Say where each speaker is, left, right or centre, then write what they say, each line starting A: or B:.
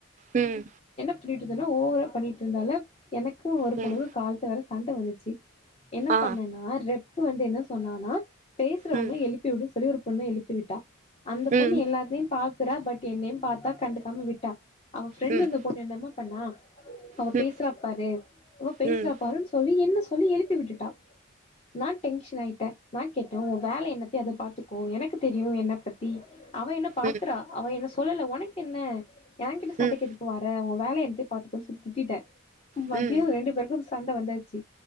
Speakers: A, on the right; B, on the left.
A: ம்
B: சொல்லிட்டு இருந்தனா ஓவரா பண்ணிட்ருந்தாலா எனக்கு ஒரு
A: ம்
B: பொணுகு கால்த்த வேற சண்ட வந்துச்சி என்ன
A: ஆ
B: பண்ணனா ரெப்பு வந்து என்ன சொன்னானா பேசுறவங்ள
A: ம்
B: எழுப்பி உடு ஒரே ஒரு பொண்ண எழுப்பி விட்டா அந்த
A: ம்
B: பொண்ணு எல்லாத்தையும் பா க்றா பட் என் நேம் பாத்தா கண்டுக்காம விட்டா அவ ஃப்ரெண்ல
A: ம்
B: இருந்த பொண்ணு என்னமா பண்ணா அவ
A: ம் ம்
B: பேசுறாப்பாரு அவ பேசுறாப்பாருன்
A: ம்
B: சொல்லி என்ன சொல்லி எழுப்பி விட்டுட்டா நா டென்ஷ்ன் ஆயிட்டே நா கேட்டே உ வேலை என்னத்தியோ அத பாத்துக்கோ எனக்கு தெரியு என்ன பத்தி அவ என்ன பாக்குறா
A: ம்
B: அவ என்ன சொல்லல உனக்கென்ன ஏங்கிட்ட சண்டக்கி
A: ம்
B: எதுக்கு வார உ வேல என்த்தியோ பாத்துக்கோன் சொல்லி திட்டிட்டே
A: ம்
B: மதியோ ரெண்டு பேருக்கு சண்ட வந்தாச்சி